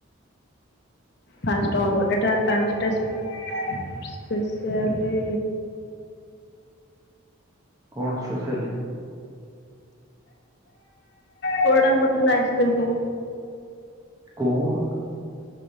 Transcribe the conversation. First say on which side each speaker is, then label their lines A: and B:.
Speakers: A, on the left; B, on the right.
A: ଫାଷ୍ଟ ଅରୁଆ ଏଟା କାଞ୍ଜି ଟା ସ୍ପେସିଆଲି।
B: କଣ ସ୍ପେସିଆଲି?
A: ପୋଡ଼ ମୋଠାଲା ଆଇସିକ୍ରିମ କୁ।
B: କଁ ଉଁ।